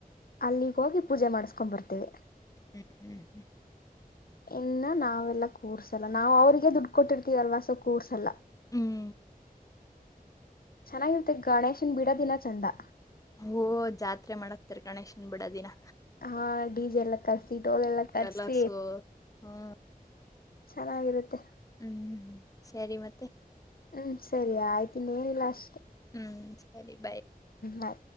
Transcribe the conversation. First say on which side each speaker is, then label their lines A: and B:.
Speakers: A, on the left; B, on the left.
A: ಅಲ್ಲಿಗೆ ಹೋಗಿ ಪೂಜೆ ಮಾಡ್ಸ್ಕೊಂಡ ಬರ್ತಿವಿ
B: <unintelligible>
A: ಇಲ್ಲಾ ನಾವ್ ಎಲ್ಲಾ ಕುರ್ಸಲ್ಲ ನಾವ್ ಅವ್ರಿಗೆ ದುಡ್ಡ ಕೊಟ್ಟಿರ್ತೀವಿ ಅಲ್ವಾ ಸೊ ಕುರ್ಸಲ್
B: ಹ್ಮ್
A: ಚನ್ನಾಗೇಯ್ತೆ ಗಣೇಶ ಬಿಡೋದ ಎಲ್ಲಾ ಚಂದಾ
B: ಹೊ ಜಾತ್ರೆ ಮಾಡಿ ಹಾಕ್ತಾರೆ ಕಣೆ ಸುಮ್ಮ ಬಿಡ್ ಅದನ್ನ
A: ಹ ಡಿಜೆ ಎಲ್ಲಾ ಕರ್ಸಿ ಡೊಳ್ ಎಲ್ಲಾ ಕರ್ಸಿ
B: ಕಲರ್ಸು ಹ್ಮ್
A: ಚನ್ನಾಗಿ ಇರುತ್ತೆ
B: ಹ್ಮ್ ಸರಿ ಮತ್ತೆ
A: ಹ್ ಸರಿ ಆಯ್ತು ನೀನೆ ಲಾಸ್
B: ಹ್ ಸರಿ ಬೈ
A: ಬಾಯ್